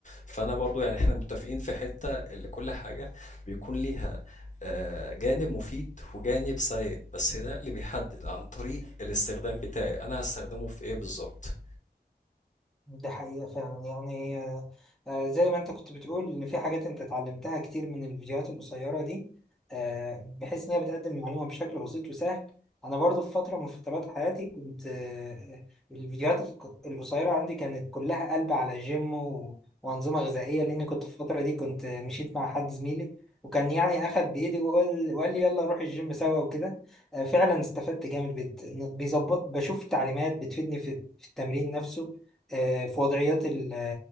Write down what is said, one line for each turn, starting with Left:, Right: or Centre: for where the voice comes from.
Left: فانا برضو يعني احنا متفقين في حتة اللي كل حاجة بيكون ليها آه، جانب مفيد وجانب سيء بس ده اللي بيحدد عن طريق الاستخدام بتاعي انا هستخدمه في ايه بالظبط
Centre: دي حقيقة فعلا يعني آه، آه، زي ما انت كنت بتقول ان في حاجات انت اتعلمتها كتير من الفيديوهات القصيرة دي آه، بحيث ان هي بتقدم معلومة بشكل بسيط وسهل انا برضو في فترة من فترات حياتي كنت آه، الفيديوهات الق- القصيرة عندي كانت كلها قلب على جيم و- وانظمة غذائية لان كنت في الفترة دي كنت مشيت مع حد زميلي وكان يعني اخد بايدي وقال وقال لي يلا نروح الجيم سوا وكده آه، فعلا استفدت جامد بت- بيظبط بشوف تعليمات بتفيدني في في التمرين نفسه آه، في وضعيات ال-